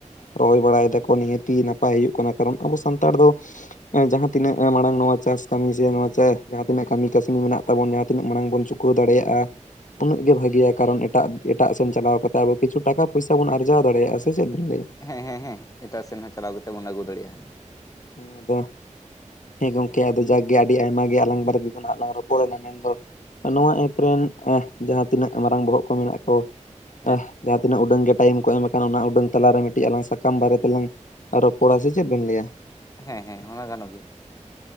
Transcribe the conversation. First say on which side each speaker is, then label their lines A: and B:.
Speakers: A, on the left; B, on the left.
A: ᱨᱚᱦᱚᱭ ᱵᱟᱲᱟᱭ ᱫᱟᱠᱚ ᱱᱤᱦᱟᱹᱛᱤ ᱱᱟ ᱱᱟᱯᱟᱭ ᱦᱩᱭᱩᱜ ᱠᱟᱱᱟ ᱾ ᱠᱟᱨᱚᱱ ᱟᱵᱚ ᱥᱟᱱᱛᱟᱲ ᱫᱚ ᱡᱟᱦᱟᱸ ᱛᱤᱱᱟᱹᱜ ᱢᱟᱲᱟᱝ ᱱᱚᱣᱟ ᱪᱟᱥ ᱠᱟᱹᱢᱤ ᱥᱮ ᱡᱟᱦᱟᱸ ᱛᱤᱱᱟᱹᱜ ᱠᱟᱹᱢᱤ ᱠᱟᱹᱥᱱᱤ ᱢᱮᱱᱟᱜ ᱛᱟᱵᱚᱱ ᱡᱟᱦᱟᱸ ᱛᱤᱱᱟᱹᱜ ᱢᱟᱲᱟᱝ ᱵᱚᱱ ᱪᱩᱠᱟᱹᱣ ᱫᱟᱲᱮᱭᱟᱜᱼᱟ ᱩᱱᱟᱹᱜ ᱜᱮ ᱵᱷᱟᱜᱮᱤᱭᱟ ᱾ ᱠᱟᱨᱚᱱ ᱮᱴᱟᱜ ᱮᱴᱟᱜ ᱥᱮᱱ ᱪᱟᱞᱟᱣ ᱠᱟᱛᱮᱫ ᱟᱵᱚ ᱠᱤᱪᱷᱩ ᱴᱟᱠᱟ ᱯᱚᱭᱥᱟ ᱵᱚᱱ ᱟᱨᱡᱟᱣ ᱫᱟᱲᱮᱭᱟᱜᱼᱟ ᱥᱮ ᱥᱮ ᱪᱮᱫ ᱵᱮᱱ ᱞᱮᱭᱟ?
B: ᱦᱮᱸ ᱦᱮᱸ ᱦᱮᱸ ᱮᱴᱟᱜ ᱥᱮᱱ ᱦᱚᱸ ᱪᱟᱞᱟᱣ ᱠᱟᱛᱮ ᱵᱚᱱ ᱟᱹᱜᱩ ᱫᱟᱲᱮᱭᱟᱜᱼᱟ ᱾
A: ᱦᱮᱸ ᱟᱫᱚ ᱦᱮᱸ ᱜᱚᱝᱠᱮ ᱟᱫᱚ ᱡᱟᱠᱜᱮ ᱟᱹᱰᱤ ᱟᱭᱢᱟ ᱜᱮ ᱟᱞᱟᱝ ᱵᱟᱨ ᱛᱮᱫᱚ ᱞᱟᱝ ᱨᱚᱯᱚᱲᱱᱟ ᱢᱮᱱᱫᱚ ᱱᱚᱣᱟ ᱮᱯ ᱨᱮᱱ ᱡᱟᱦᱟᱸ ᱛᱤᱱᱟᱹᱜ ᱢᱟᱨᱟᱝ ᱵᱚᱦᱚᱜ ᱠᱚ ᱢᱮᱱᱟᱜ ᱠᱚ
B: ᱦᱮᱸ
A: ᱡᱟᱦᱟᱸ ᱛᱤᱱᱟᱹᱜ ᱩᱰᱟᱹᱝ ᱜᱮ ᱴᱟᱭᱤᱢ ᱠᱚ ᱮᱢ ᱟᱠᱟᱱᱟ ᱚᱱᱟ ᱩᱰᱟᱹᱝ ᱛᱟᱞᱟᱨᱮ ᱢᱤᱫᱴᱤᱡ ᱟᱞᱟᱝ ᱥᱟᱠᱟᱢ ᱵᱟᱨᱮ ᱛᱮᱞᱟᱝ ᱨᱚᱯᱚᱲᱟ ᱥᱮ ᱪᱮᱫ ᱵᱮᱱ ᱞᱟᱹᱭᱟ?
B: ᱦᱮᱸ ᱦᱮᱸ ᱚᱱᱟ ᱜᱟᱱᱚ ᱦᱚ ᱜᱮᱭᱟ ᱾